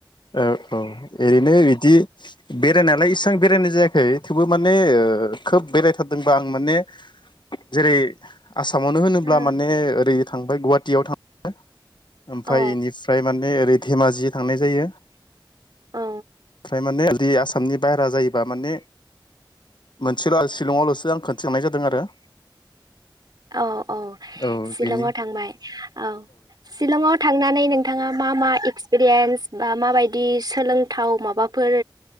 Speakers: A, on the left; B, on the right.
A: ओ औ ओरैनो बिदि बेरायनानै इसां बेरायनाय जायाखै थेवबो माने खोब बेरायथारदोंबा आं माने जेरै आसामावनो होनोब्ला
B: ओ
A: माने ओरै थांबाय गुवाहाटियाव थाङो । ओमफफ्राय
B: औ
A: इनिफ्राय माने ओरै धेमाजि थांनाय जायो ।
B: औ
A: फ्राय माने <unintelligible> आसामनि बायेरा जायोबा माने मोनसेल' सिलंआवल'सो आं खोनसे थांनाय जादों आरो
B: औ औ
A: औ
B: सिलंआव
A: बिनि
B: थांबाय औ सिलंआव थांनानै नोंथाङा मा मा एक्सपिरियेस बा माबाय दि सोलोंथाव माबाफोर